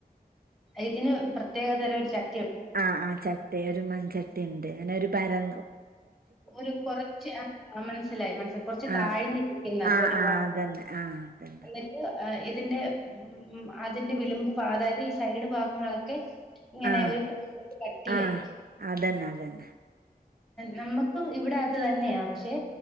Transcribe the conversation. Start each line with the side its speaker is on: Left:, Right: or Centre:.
Centre: ഇതിന് പ്രത്യേക തര ഒരു ച-
Right: ആഹ് ആ ചട്ടി ഒരു മൺചട്ടി ഇണ്ട് ഇങ്ങനെ ഒരു പര-
Centre: ഒരു കൊറച്ച് ആ മനസ്സിലായി മനസ്സ കൊറച്ച് താഴ്ന്ന്
Right: ആഹ്
Centre: ഇരിക്ക്ന്ന
Right: ആഹ്
Centre: ഒരു
Right: ആഹ്
Centre: ഭാഗം
Right: അതന്നെ ആഹ് അതന്നെ
Centre: എന്നി- ഇതിന്റെ ഉം അതിന്റെ വിളമ്പ് അതായത് ഈ സൈഡ് ഭാഗങ്ങളൊക്കെ ഇങ്ങനെ
Right: ആഹ്
Centre: ഒരു കുറച്ച് കട്ടിയായിരിക്കും
Right: ആഹ് അതന്നെ അതന്നെ
Centre: നമ്മക്കും ഇവിടെ അത് തന്നെയാ പക്ഷെ